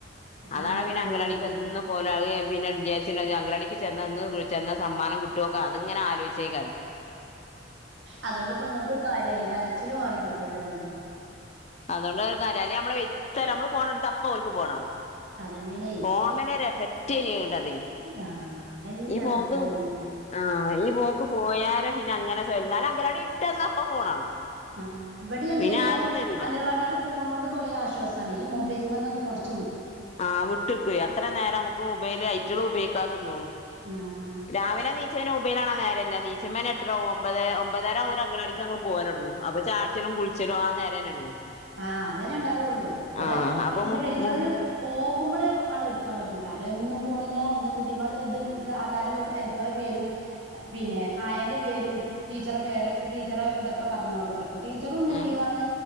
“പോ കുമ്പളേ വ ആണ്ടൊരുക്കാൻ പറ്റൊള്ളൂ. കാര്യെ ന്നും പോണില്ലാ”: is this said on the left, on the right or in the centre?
Right